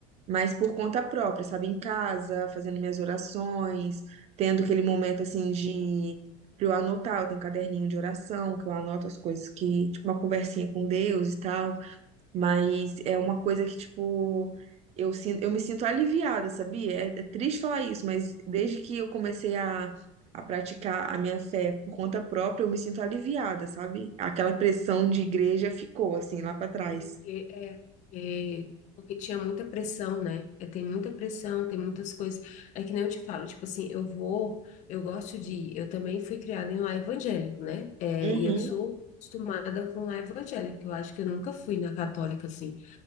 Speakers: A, on the right; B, on the left.
A: mas por conta própria, sabe, em casa, fazendo minhas orações, tendo aquele momento assim de pra eu anotar, eu tenho um caderninho de oração, que eu anoto as coisas que, tipo, uma conversinha com Deus e tal. Mas é uma coisa que, tipo, eu sinto, eu me sinto aliviada, sabia? É, é triste falar isso, mas desde que eu comecei a, a praticar a minha fé por conta própria, eu me sinto aliviada, sabe? Aquela pressão de igreja ficou, assim, lá pra trás.
B: É Porque, é, é, porque tinha muita pressão, né? É, tem muita pressão, tem muitas coisas. É que nem eu te falo, tipo assim, eu vou, eu gosto de. ir. Eu também fui criada em lar evangélico, né? É,
A: Uhum,
B: e eu sou acostumada com lar evangélico. Eu acho que eu nunca fui na católica, assim.